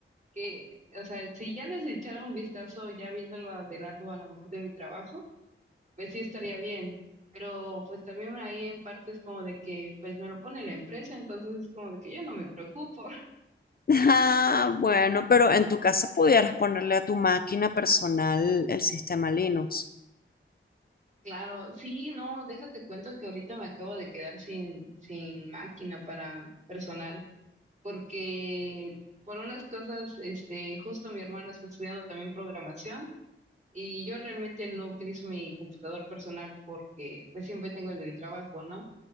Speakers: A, on the right; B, on the left.
A: que, o sea, si ya les echara un vistazo ya viéndolo a de lado a lo mejor de mi trabajo, pues sí estaría bien. Pero pues también ahí en parte es como de que pues me lo pone la empresa, entonces es como de que yo no me preocupo.
B: Ah, bueno, pero en tu casa pudieras ponerle a tu máquina personal el sistema Linux.
A: Claro, sí, no, déjate cuento que ahorita me acabo de quedar sin, sin máquina para personal, porque por unas cosas, este, justo mi hermano está estudiando también programación y yo realmente no utilizo mi computador personal porque pues siempre tengo el del trabajo, ¿no?